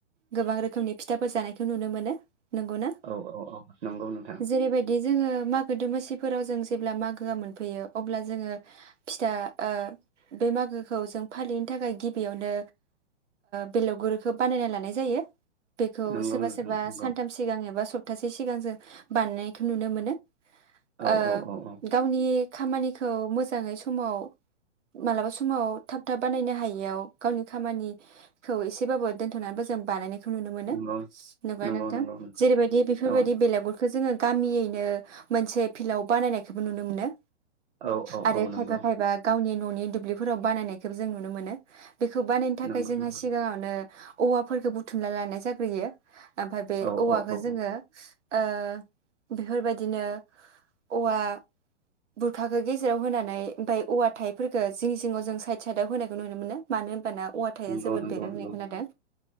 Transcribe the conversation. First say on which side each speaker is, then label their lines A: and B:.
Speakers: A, on the right (about 80°); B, on the right (about 60°).
A: गोबां रोखोमनि फिथाफोर जानाय खौ नुनो मोनो नंगौना
B: औ औ औ नंगौ नोंथां
A: जेरैबायदि जोङो मागो दमासि फोराव जों जेब्ला मागोआ मोनफैयो अब्ला जोङो फिथा ओ बे मागोखौ जों फालिनो थाखाय गिबियावनो बेलगगुरखौ बानायना लानाय जायो बेखौ
B: नंगौ
A: सोरबा
B: नोंथां
A: सोरबा
B: नंगौ
A: सानथाम सिगां एबा सफ सप्तासे सिगां जों बानायनायखौ नुनो मोनो
B: औ
A: ओ
B: औ औ औ
A: गावनि खामानिखौ मोजाङै स समाव मालाबा समाव थाब थाब बानायनो हायियाव गावनि खामानिखौ एसेबाबो दोनथ'नानैबो जों बानायख नुनो मोनो
B: नंगौ
A: नुब्ला
B: नंगौ
A: नोंथां
B: नंगौ
A: जेरैबायदि बेफोरबायदि
B: औ
A: बेलेगुरखौ जोङो गामियैनो मोनसे फिल्डआव बानायनायखौबो नुनो मोनो।
B: औ औ
A: आरो
B: औ
A: खायफा
B: नंगौ नंगौ
A: खायफा गावनि न'नि दुब्लिफोराव बानायनायखौ जों नुनो मोनो। बेखौ बानायनो थाखाय
B: नंगौ
A: जोंहा सिगाङावनो औवाफोरखौ बुथुमना लानाय जाग्रोयो। ओमफ्राय बे
B: औ
A: औवाखौ
B: औ औ
A: जोङो ओ बेफोरबायदिनो औवा बुरथाखो गेजेराव होनानै ओमफ्रायाय औवा थाइफोरखौ जिं जिङाव जों साइद साइदाव होनायखौ नुनो मोनो मानो होनबाना औवाथाया
B: नंगौ
A: जोबोद
B: नंगौ
A: बेरो होननाय
B: नंगौ
A: खोनादों